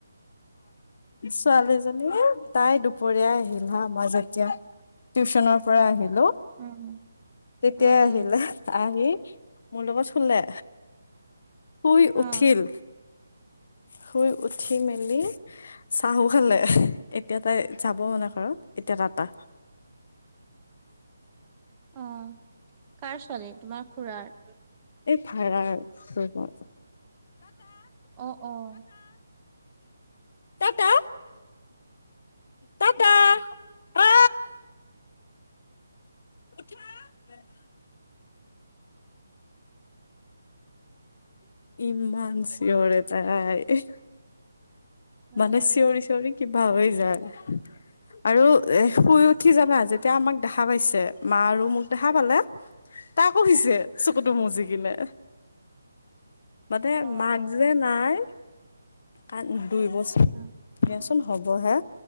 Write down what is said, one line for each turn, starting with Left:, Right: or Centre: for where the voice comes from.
Left: ছোৱালীজনী তাই দুপৰীয়াই আহিল হা মই যেতিয়া টিউচনৰ পৰা আহিলো।
Right: উম।
Left: তেতিয়াই
Right: উম, উম,
Left: আহিলে আহি মোৰ লগত শুলে। শুই
Right: অ',
Left: উঠিল, শুই উঠি মেলি চাহো খালে এতিয়া তাই যাব মানে ঘৰত এতিয়া টা টা।
Right: অ', কাৰ ছোৱালী তোমাৰ খুৰাৰ?
Left: এই ভাৰৰ।
Right: অ', অ'।
Left: টাটা টাটা। ঐ <unintelligible>
Right: <unintelligible>
Left: ইমান চিঞৰে তাই,
Right: উম,
Left: মানে চিঞৰি চিঞৰি কিবা হয় যায়। আৰু এ শুই উঠি জানা যেতিয়া আমাক দেখা পাইছে, মা আৰু মোক দেখা পালে তাই আকৌ শুইছে চকুতো মুচি কিনে। মানে
Right: অ',
Left: মাক
Right: অ'।
Left: যে নাই ক দুই বছৰ
Right: উম।
Left: দিয়াচোন হ'ব হে